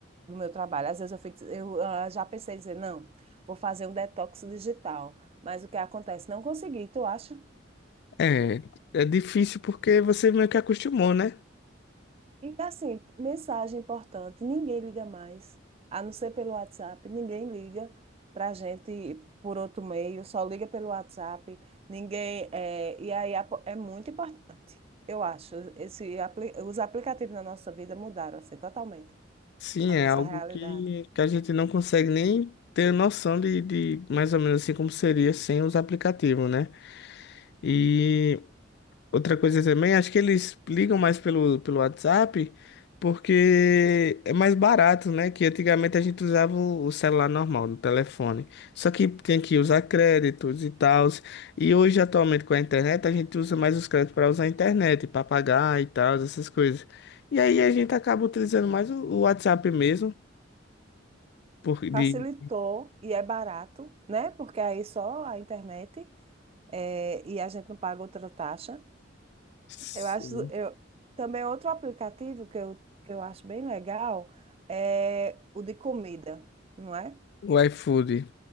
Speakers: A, on the right; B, on the left.
A: do meu trabalho. Às vezes eu fico, eu ah, já pensei em dizer, não, vou fazer um detox digital. Mas o que acontece? Não consegui, tu acha?
B: É, é difícil porque você meio que acostumou, né?
A: E assim, mensagem importante, ninguém liga mais, a não ser pelo WhatsApp, ninguém liga para a gente por outro meio, só liga pelo WhatsApp, ninguém. É, e aí apo- é muito importante, eu acho. Esse, apli- os aplicativos na nossa vida mudaram assim, totalmente
B: Sim,
A: a
B: é
A: nossa
B: algo
A: realidade.
B: que, que a gente não consegue nem ter noção de, de mais ou menos assim como seria sem os aplicativos, né? E Outra coisa também, acho que eles ligam mais pelo, pelo WhatsApp porque é mais barato, né? Que antigamente a gente usava o o celular normal, no telefone. Só que tem que usar créditos e tal. E hoje, atualmente, com a internet, a gente usa mais os créditos para usar a internet, para pagar e tal, essas coisas. E aí a gente acaba utilizando mais o, o WhatsApp mesmo, por, de,
A: Facilitou e é barato, né? Porque aí só a internet é, e a gente não paga outra taxa.
B: Sim.
A: Eu acho, eu também outro aplicativo que eu, que eu acho bem legal é o de comida, não é?
B: o iFood.